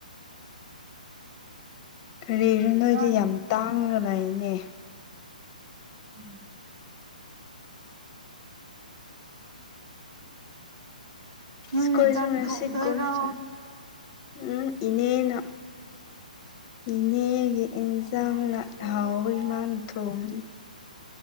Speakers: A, on the left (about 30°); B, on the right (about 55°).
A: ꯀꯔꯤꯁꯨꯣ ꯅꯣꯏꯗ
B: ꯅꯣꯏ
A: ꯌꯥꯝ ꯇꯥꯡꯉ ꯂꯩꯅꯦ
B: ꯍ ꯎꯝ
A: ꯁ꯭ꯀꯨꯜꯁꯨ
B: ꯆꯥꯛ
A: ꯉꯁꯤ
B: ꯊꯣꯡꯗꯣꯏꯔꯣ
A: ꯀꯣꯏꯁꯨ ꯎꯝ ꯏꯅꯦꯅ ꯏꯅꯦꯒ ꯏꯟꯁꯥꯡꯅ
B: ꯉꯥꯏꯔꯦꯀꯣ
A: ꯍꯥꯎꯕꯒꯤ ꯃꯥꯅ ꯊꯣꯡꯉꯅꯤ